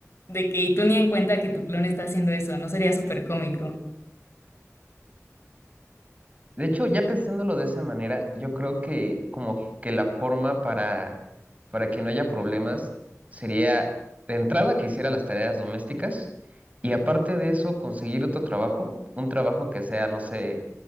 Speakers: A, on the left; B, on the right.
A: de que y tú ni en cuenta que tu clon está haciendo eso, ¿no sería súper cómico?
B: De hecho, ya pensándolo de esa manera, yo creo que como que la forma para, para que no haya problemas sería de entrada que hiciera las tareas domésticas y aparte de eso conseguir otro trabajo, un trabajo que sea, no sé,